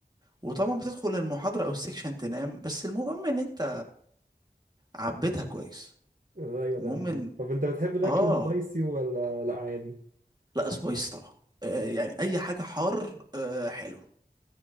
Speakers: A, on the right; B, on the right.
A: وطبعا بتدخل المحاضرة او السكشن تنام بس المهم ان انت عبيتها كويس
B: <laughs> ايوه
A: المهم
B: ده المهم
A: ان
B: طب انت بتحب الاكل
A: اه
B: سبايسي ولا لا عادي
A: لا سبايس طبعا آه يعني اي حاجة حار آه حلو